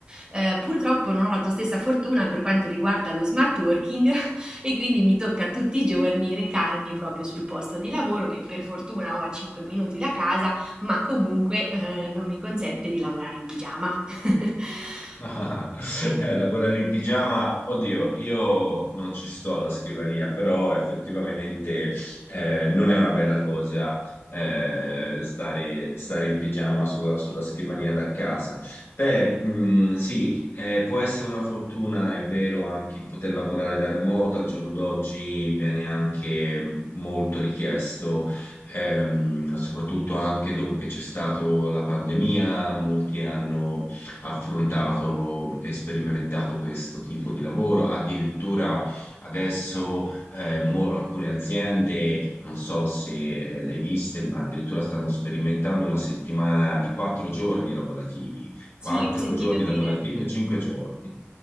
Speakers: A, on the right (about 20°); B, on the left (about 60°).
A: Eh, purtroppo non ho la tua stessa fortuna per quanto riguarda lo smart working <laughs> e quindi mi tocca tutti i giorni recarmi proprio sul posto di lavoro che per fortuna ho a 5 minuti da casa ma comunque, ehm, non mi consente di lavorare in pigiama. <laughs>
B: <laughs>
A: Quindi
B: Eh, lavorare in pigiama, oddio, io non ci sto alla scrivania, però effettivamente eh, non è una bella cosa eh, stare, stare in pigiama sulla, sulla scrivania da casa. Beh, mh, sì, eh, può essere una fortuna, è vero, anche il poter lavorare da remoto, al giorno d'oggi viene anche molto richiesto ehm, soprattutto anche dopo che c'è stata la pandemia, molti hanno affrontato e sperimentato questo tipo di lavoro. Addirittura adesso eh, mo- alcune aziende, non so se eh, le hai viste, ma addirittura stanno sperimentando una settimana di quattro giorni lavorativi,
A: sì,
B: quattro
A: ho sentito
B: giorni lavorativi
A: dire.
B: e cinque giorni.